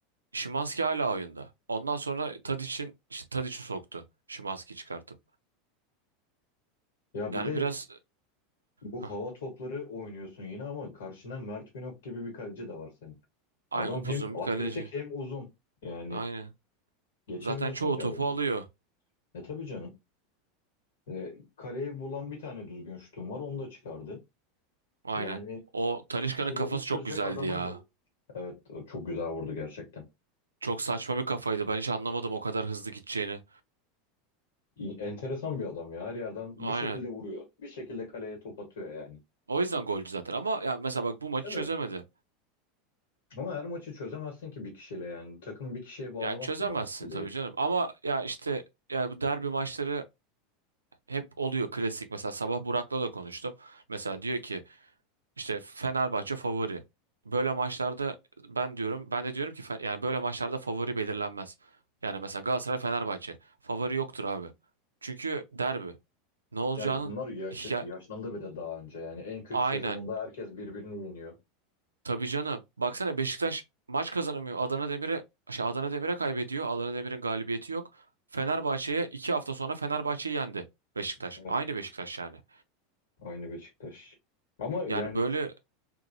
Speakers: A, on the right; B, on the left.
A: Szymański hala oyunda. Ondan sonra Tadić'in işte Tadić'i soktu. Szymański çıkartıp.
B: Ya
A: Yani
B: bir de
A: biraz
B: bu
A: Hah,
B: hava topları oynuyorsun yine ama karşında Mert Günok gibi bir kaleci de var senin.
A: aynen
B: Adam
A: upuzun
B: hem atletik
A: bir kaleci.
B: hem uzun. Yani
A: Aynen.
B: geçemiyorsun
A: Zaten çoğu
B: ki
A: topu
B: adamı.
A: alıyor.
B: E tabii canım. E, kaleyi bulan bir tane düzgün şutun var onu da çıkardı.
A: Aynen.
B: Yani
A: O Talisca'nın
B: kilidi
A: kafası
B: çözecek
A: çok güzeldi
B: adamın
A: ya.
B: yok. Evet o çok güzel vurdu gerçekten.
A: Çok saçma bir kafaydı. Ben hiç anlamadım o kadar hızlı gideceğini.
B: İ- Enteresan bir adam ya. Her yerden
A: Aynen.
B: bir şekilde vuruyor. Bir şekilde kaleye top atıyor yani.
A: O yüzden golcü zaten ama ya mesela bak bu maçı
B: Evet.
A: çözemedi.
B: Ama her maçı çözemezsin ki bir kişiyle yani. Takım bir kişiye bağlamak
A: Yani çözemezsin
B: da mantıklı değil.
A: tabii canım ama ya işte ya bu derbi maçları hep oluyor klasik. Mesela sabah Burak'la da konuştum. Mesela diyor ki işte Fenerbahçe favori. Böyle maçlarda ben diyorum ben de diyorum ki fe- yani böyle maçlarda favori belirlenmez. Yani mesela Galatasaray Fenerbahçe favori yoktur abi. Çünkü derbi. Ne olacağının
B: Ya bunlar yaş
A: ya,
B: yaşlandı bir de daha önce. Yani en kötü
A: aynen
B: sezonunda herkes birbirini yeniyor.
A: Tabii canım. Baksana Beşiktaş maç kazanamıyor. Adana Demir'e şey Adana Demir'e kaybediyor. Adana Demir'in galibiyeti yok. Fenerbahçe'ye iki hafta sonra Fenerbahçe'yi yendi Beşiktaş.
B: Evet,
A: Aynı Beşiktaş yani.
B: aynı Beşiktaş. Ama yani
A: Yani böyle